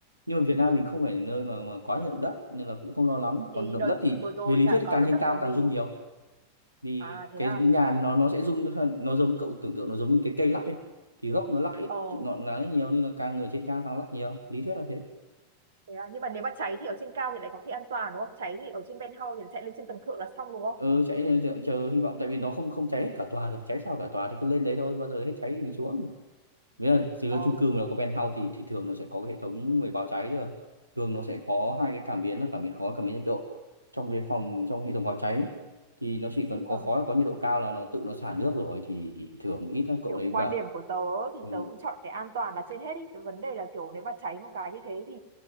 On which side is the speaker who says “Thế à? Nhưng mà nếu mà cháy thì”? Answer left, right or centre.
Right